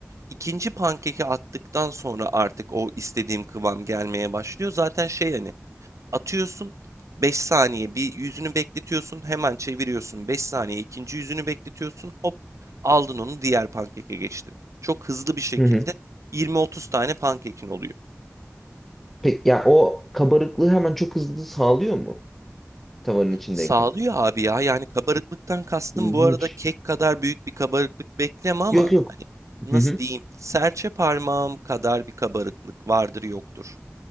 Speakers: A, on the right; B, in the centre.
A: İkinci pankeki attıktan sonra artık o istediğim kıvam gelmeye başlıyor. Zaten şey hani atıyorsun 5 saniye bir yüzünü bekletiyorsun hemen çeviriyorsun 5 saniye ikinci yüzünü bekletiyorsun hop aldın onu diğer pankeke geçtin. Çok hızlı bir şekilde
B: Hı hı.
A: 20-30 tane pankekin oluyor.
B: Peki ya o kabarıklığı hemen çok hızlı sağlıyor mu tavanın içindeyken?
A: Sağlıyor abi ya. Yani kabarıklıktan kastım
B: İlginç.
A: bu arada kek kadar büyük bir kabarıklık bekleme ama
B: Yok
A: hani
B: yok.
A: nasıl
B: Hı hı.
A: diyeyim? Serçe parmağım kadar bir kabarıklık vardır yoktur.